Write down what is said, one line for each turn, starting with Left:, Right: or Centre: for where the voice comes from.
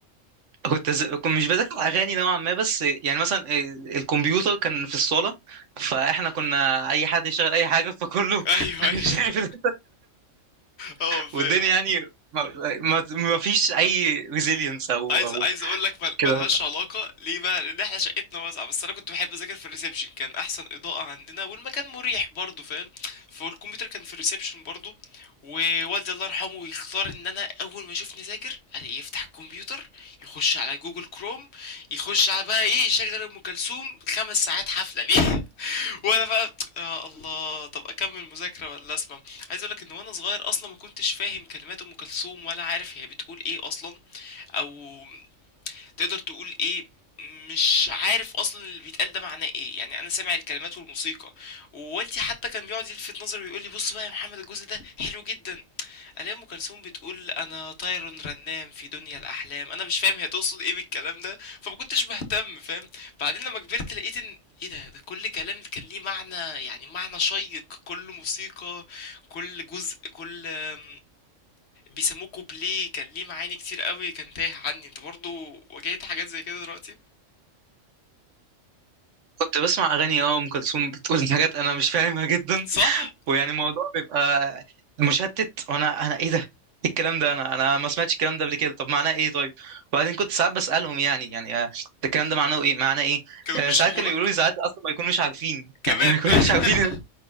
Right: كنت ز... كنت مش بذاكر أغاني نوعا ما بس يعني مثلا آه، الكمبيوتر كان في الصالة فإحنا كنا أي حد يشغل أي حاجة فكله
Left: <laughs> ايوه
Right: <laughs>
Left: ايوه
Right: شايف ده.
Left: اه فاهم
Right: والدنيا يعني ما... ما... ما فيش أي ريزيلينس أو
Left: عايز
Right: أو
Left: عايز اقول لك مل-
Right: كده
Left: ملهاش علاقه ليه بقى لان احنا شقتنا واسعه بس انا كنت بحب اذاكر في الريسبشن كان احسن اضاءه عندنا والمكان مريح برضه فاهم فالكمبيوتر كان في الريسبشن برضه ووالدي الله يرحمه يختار ان انا اول ما يشوفني ذاكر الاقيه يفتح الكمبيوتر يخش على جوجل كروم يخش على بقى ايه يشغل ام كلثوم خمس ساعات حفله ليه <laughs> وانا بقى يا الله طب اكمل مذاكره ولا اسمع عايز اقولك ان وانا صغير اصلا ما كنتش فاهم كلمات ام كلثوم ولا عارف هي بتقول ايه اصلا او تقدر تقول ايه مش عارف اصلا اللي بيتقال ده معناه ايه يعني انا سامع الكلمات والموسيقى ووالدي حتى كان بيقعد يلفت نظري ويقول لي بص بقى يا محمد الجزء ده حلو جدا الاقي ام كلثوم بتقول انا طير رنام في دنيا الاحلام انا مش فاهم هي تقصد ايه بالكلام ده فما كنتش بهتم فاهم بعدين لما كبرت لقيت ان ايه ده ده كل كلام كان ليه معنى يعني معنى شيق كل موسيقى كل جزء كل آم، بيسموه كوبليه كان ليه معاني كتير قوي كان تايه عني انت برضو واجهت حاجات زي كده دلوقتي
Right: كنت بسمع اغاني اه ام كلثوم بتقول <laughs> حاجات انا مش فاهمها جدا
Left: صح
Right: ويعني الموضوع بيبقى مشتت وانا انا ايه ده إيه الكلام ده انا انا ما سمعتش الكلام ده قبل كده طب معناه ايه طيب وبعدين كنت ساعات بسالهم يعني يعني آه، ده الكلام ده معناه ايه معناه ايه
Left: كانوا
Right: آه،
Left: بيشرحوا
Right: ساعات كانوا
Left: لك
Right: يقولوا لي ساعات اصلا ما يكونوش عارفين
Left: كمان
Right: يعني <laughs> ما يكونوش
Left: <laughs>
Right: عارفين